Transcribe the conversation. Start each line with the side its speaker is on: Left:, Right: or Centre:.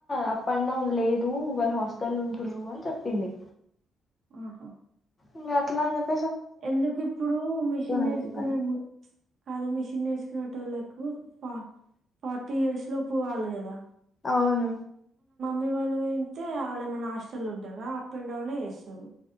Left: ఆ పండగ లేదు వాళ్ళ హాస్టల ఉంటుండ్రు అని చెప్పింది
Right: ఆహా
Left: ఇగ అట్లా అని చెప్పి
Right: ఎందుకు ఇప్పుడు మిషన్ నేర్చుకున్నార్
Left: అవుతుందని
Right: కాదు మిషన్ నేర్చుకు టునే నోళ్లకు ఫ ఫార్టీ ఇయర్స్ లో పోవాలి కదా
Left: అవును
Right: నేల అయితే వాళ్ళ మన హాస్టల ఉంటారా అప్ అండ్ డౌన్ ఎ చేస్తారు